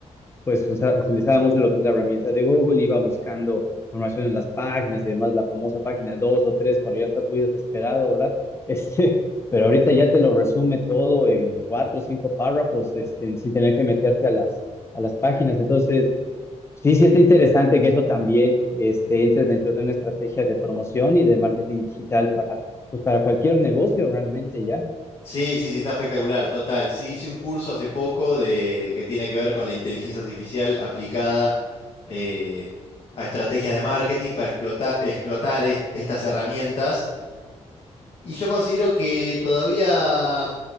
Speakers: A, on the left (about 20°); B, on the left (about 50°).
A: pues usa- utilizaba mucho lo que es la herramienta de Google, iba buscando información en las páginas y demás, la famosa página 2 o 3 cuando ya estás muy desesperado, ¿verdad? <laughs> Este, pero ahorita ya te lo resume todo en cuatro o cinco párrafos, este, sin tener que meterte a las, a las páginas. Entonces, sí, sí está interesante que eso también este, entre dentro de una estrategia de promoción y de marketing digital para, pues, para cualquier negocio realmente ya.
B: Sí, sí, sí, está espectacular, total. Sí, hice un curso hace poco de, que tiene que ver con la inteligencia artificial aplicada eh, a estrategias de marketing para explota- explotar est- estas herramientas Y yo considero que todavía